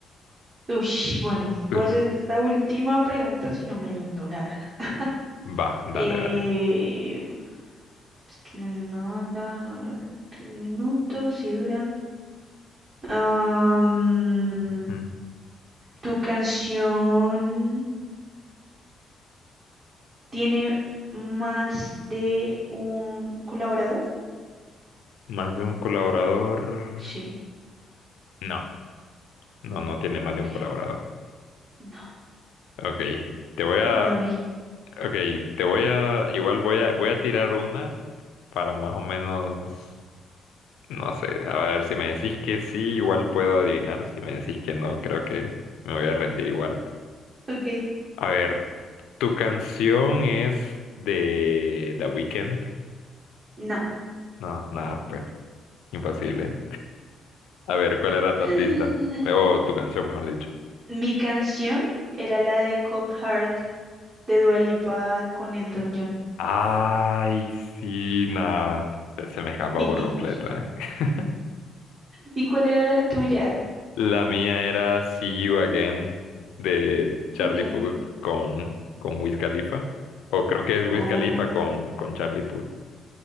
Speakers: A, on the right; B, on the left.
A: Ush, bueno, voy
B: Uf,
A: a hacer esta última pregunta si no me rindo, la verdad.
B: va, dale,
A: Eh,
B: dale.
A: es que no es una banda, no dura tres minutos, sí dura. Am,
B: Mm,
A: ¿tu canción tiene más de un colaborador?
B: ¿Más de un colaborador?
A: Sí,
B: No, no,
A: no,
B: no tiene más
A: ok,
B: de un colaborador.
A: no,
B: Ok, te voy a...
A: me doy.
B: Ok, te voy a... Igual voy a, voy a tirar una para más o menos... No sé, a ver, si me decís que sí, igual puedo adivinar. Si me decís que no, creo que me voy a rendir igual.
A: Ok,
B: A ver, ¿tu canción es de The Weeknd?
A: no.
B: No, nada, pues, imposible. A ver, ¿cuál era tu
A: <laughs>
B: artista? O tu canción, mejor dicho.
A: Mi canción era la de Cold Heart de Dua Lipa con Elton John.
B: Ay, sí, nada. Se, se me escapa
A: <laughs>
B: por completo, eh. <laughs>
A: ¿Y cuál era la tuya?
B: La mía era See You Again de Charlie
A: Ok.
B: Puth con, con Wiz Khalifa. O creo que es Wiz
A: Oh,
B: Khalifa con, con Charlie Puth.